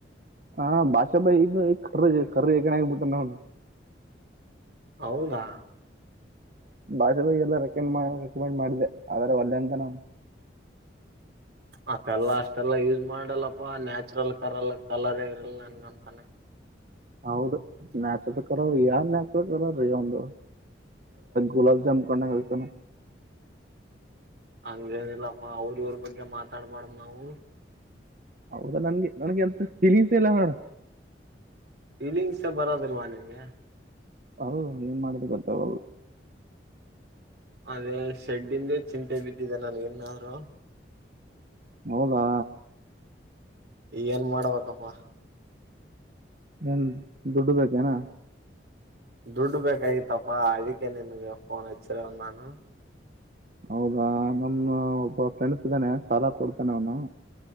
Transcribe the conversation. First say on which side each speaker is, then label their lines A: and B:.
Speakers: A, on the right; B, on the right.
A: ಹಾ ಭಾಷ ಬಾಯ್ <unintelligible> ಕರ್ರ್ ಹೆಗಣ ಆಗಿಬಿಟ್ಟನ್ಗ್ ಅವ್ನ್
B: ಹೌದಾ
A: <unintelligible> ಹೆಂಗ್ ಮಾಡ್ ರೆಕಮೆಂಡ್ ಮಾಡ್ದೆ ಆದ್ರೆ ಒಲ್ಲೆ ಅಂತ ನಾನ್
B: ಅದ್ದೆಲ್ಲ ಅಷ್ಟೆಲ್ಲ ಯೂಸ್ ಮಾಡಲ್ಲಪ್ಪ ನ್ಯಾಚುರಲ್ ಕರಲ್ ಕಲರ್ ಇರಲ್ಲ ನಂತಾನೆ
A: ಹೌದು ನ್ಯಾಚುರಲ್ ಕಲರ್ ಯಾವ್ ನ್ಯಾಚುರಲ್ ಕಲರ್ ರೀ <inaudible> ಒಂದು ಗುಲಾಬ್ ಜಾಮ್ ಕೊಂಡ ಆಗ್ತಾನ
B: ಹಂಗೇನಿಲ್ಲಪ್ಪಾ ಅವ್ರ್ ಇವ್ರು ಬಗ್ಗೆ ಮಾತಾಡ್ಬಾರ್ದ್ ನಾವು
A: ಹೌದಾ ನನ್ಗೆ ನನಗೆ ಎಂತ ಫೀಲಿಂಗ್ಸೆ ಇಲ್ಲ ನೋಡು
B: ಫೀಲಿಂಗ್ಸೆ ಬರದಿಲ್ವ ನಿಂಗೆ
A: ಅವೂ ಏನ್ ಮಾಡದು ಗೊತ್ತಾವಲ್
B: ಅದೇ ಶೆಡ್ಡಿಂದೆ ಚಿಂತೆಲ್ ಬಿದ್ದಿದೆ ನಾನು ಇನ್ನಾರು
A: ಹೌದಾ
B: ಏನ್ ಮಾಡ್ಬೇಕಪ್ಪ
A: ಏನ್ ದುಡ್ಡು ಬೇಕೆನ
B: ದುಡ್ಡು ಬೇಕಾಗಿತ್ತಪ್ಪಾ ಅದಿಕ್ಕೆ ನಿನ್ಗೆ ಫೋನ್ ಹಚ್ಚಿರವ ನಾನು
A: ಹೌದಾ ನಮ್ಮ ಒಬ್ಬ ಫ್ರೆಂಡ್ಸ್ ಇದನೆ ಸಾಲ ಕೊಡ್ತನೆ ಅವ್ನು